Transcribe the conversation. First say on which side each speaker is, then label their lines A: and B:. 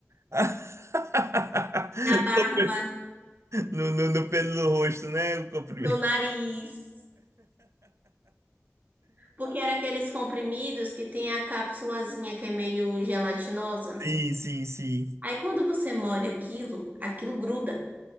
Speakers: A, on the right; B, on the right.
A: <laughs>
B: na barba.
A: No, no, no pelo do rosto, né? O comprimento.
B: no nariz. Porque era aqueles comprimidos que tem a cápsulazinha que é meio gelatinosa.
A: Sim, sim, sim.
B: Aí quando você molha aquilo, aquilo gruda.